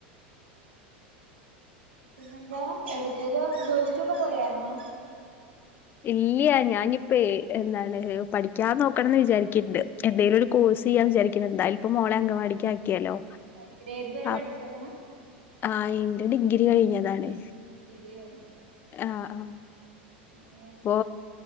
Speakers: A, on the right (about 85°); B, on the left (about 35°).
A: പിന്നെന്താ ഏടക്കേലും ജോലിക്കൊക്കെ പോയാരുന്നാ
B: ഇല്ല്യ ഞാനിപ്പേ എന്താണ് പഠിക്കാ നോക്കണംന്ന് വിചാരിക്കണ്ട് എന്തേലും ഒരു കോഴ്സ് ചെയ്യാ വിചാരിക്കുന്നു എന്തായാലും ഇപ്പൊ മോളെ അങ്കവാടിക്ക് ആക്കിയല്ലോ
A: അയ്ശരി ഏതുവരെ
B: ആഹ്
A: പഠിച്ചേക്കണ
B: ആഹ് ഇന്റെ ഡിഗ്രി കഴിഞ്ഞതാണ്
A: ഡിഗ്രി കഴിഞ്ഞു അല്ലേ
B: ആഹ് ആഹ്
A: പിന്നെ
B: പോ